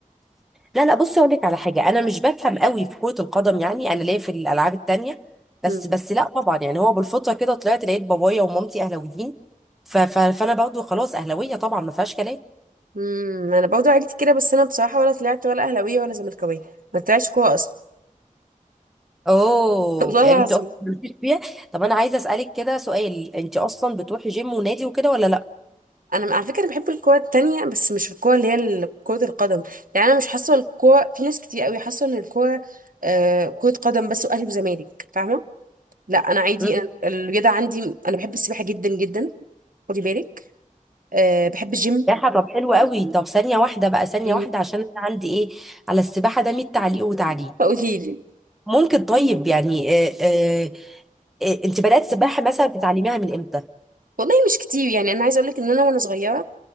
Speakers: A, in the centre; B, on the right.
A: لا لا بصي أقول لك على حاجة أنا مش بفهم قوي في كرة القدم يعني أنا ليا في الألعاب التانية بس
B: أمم،
A: بس لا طبعا يعني هو بالفطرة كده طلعت لقيت بابايا ومامتي أهلاويين ف ف فأنا برضه خلاص أهلاوية طبعا ما فيهاش كلام
B: أمم، انا برضه عيلتي كده بس انا بصراحه ولا طلعت ولا اهلاويه ولا زملكاويه ما طلعتش كوره اصلا
A: أوه
B: <laughs> والله
A: يعني
B: العظيم
A: أنت أصلا مالكيش فيها طب أنا عايزة أسألك كده سؤال أنت أصلا بتروحي جيم ونادي وكده ولا
B: انا على فكره بحب الكوره التانية بس مش الكوره اللي هي ال- كره القدم يعني انا مش حاسه الكوره في ناس كتير قوي حاسه ان الكوره آه كره قدم بس واهلي وزمالك فاهمه لا انا عادي
A: لا؟
B: أنا الرياضه عندي انا بحب السباحه جدا جدا خدي بالك آه بحب الجيم
A: سباحة طب حلو قوي طب ثانية واحدة بقى ثانية
B: مم.
A: واحدة عشان أنا عندي إيه على السباحة ده 100 تعليق وتعليق
B: فقولي لي
A: ممكن طيب يعني آه آه آه أنت بدأت سباحة مثلا بتعلميها من إمتى؟
B: والله مش كتير يعني انا عايزه اقول لك ان انا وانا صغيره